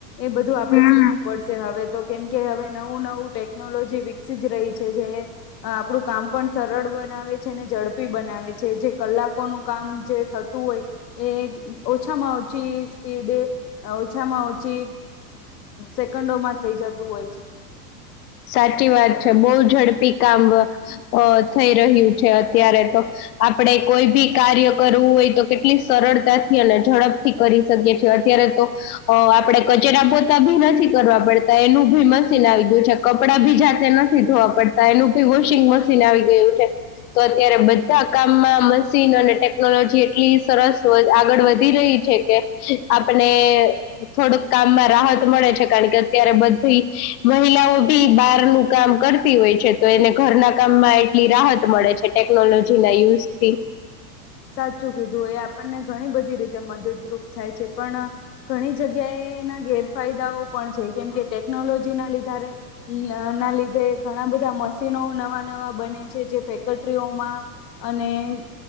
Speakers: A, on the left; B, on the left.
A: એ બધું આપડે
B: હમ
A: શીખવું પડશે હવે તો કેમકે હવે નવું નવું ટેકનોલોજી વિકસી જ રહી છે જે આપણું કામ પણ સરળ બનાવે છે ને ઝડપી બના બનાવે છે જે કલાકોનું કામ જે થતું હોય એ ઓછામાં ઓછી સ્પીડ તે ઓછામાં ઓછી સેકન્ડોમાં થઈ જતું હોય છે
B: સાચી વાત છે બહુ ઝડપી કામ અ થઈ રહ્યું છે અત્યારે તો આપણેે કોઈ ભી કાર્ય કરવું હોય તો કેટલી સરળતાથી અને ઝડપથી કરી શકીએ છીએ અત્યારે તો આપડે કચેરા પોતા ભી નથી કરવા પડતા એનું ભી મશીન આવી ગયું છે કપડા ભી જાતે નથી ધોવા પડતા એનું બી વોશિંગ મશીન આવી ગયું છે. તો અત્યારે બધા કામમાં મશીન અને ટેકનોલોજી એટલી સરસ વ આગળ વધી રહી છે કે આપને થોડુંક કામમાં રાહત મળે છે કારણ કે અત્યારે બધી મહિલાઓ બી બહારનું કામ કરતી હોય છે તો એને ઘરના કામમાં એટલી રાહત મળે છે ટેકનોલોજીના યુઝથી
A: સાચું કીધું એ આપણને ઘણી બધી રીતે મદદરૂપ થાય છે પણ ઘણી જગ્યાએ એના ગેરફાયદાઓ પણ છે. કેમ કે ટેકનોલોજી ના લીધ ના લીધે ઘણા બધા મશીનો નવા નવા બ બને છે જે ફેકટરીઓમાં અને